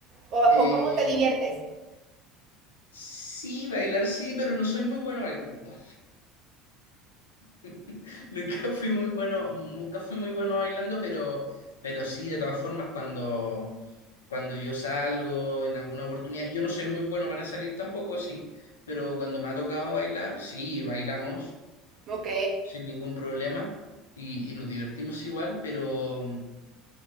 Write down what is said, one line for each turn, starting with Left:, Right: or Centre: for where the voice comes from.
Right: ¿O,
Left: Eh,
Right: o cómo te diviertes?
Left: sí, bailar sí, pero no soy muy bueno bailando. <laughs> Nunca fui muy bueno, nunca fui muy bueno bailando, pero, pero sí, de todas formas, cuando, cuando yo salgo en alguna oportunidad, yo no soy muy bueno para salir tampoco, sí, pero cuando me ha tocado bailar, sí, bailamos
Right: Ok,
Left: sin ningún problema y, y nos divertimos igual, pero,